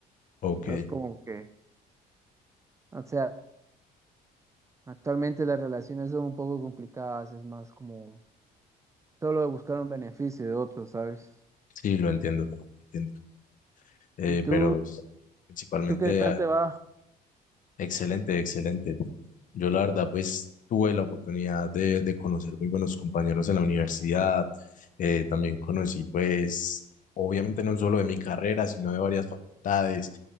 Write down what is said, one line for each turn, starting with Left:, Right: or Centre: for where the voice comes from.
Left: Ok,
Right: no es como que, o sea, actualmente las relaciones son un poco complicadas, es más como solo de buscar un beneficio de otros, ¿sabes?
Left: sí, lo entiendo, lo entiendo. Eh,
Right: ¿Y tú,
Left: pero pues, principalmente,
Right: tú qué tal
Left: ah,
Right: te va?
Left: excelente, excelente. Yo la verdad, pues tuve la oportunidad de, de conocer muy buenos compañeros en la universidad. Eh, también conocí, pues, obviamente no solo de mi carrera, sino de varias facultades.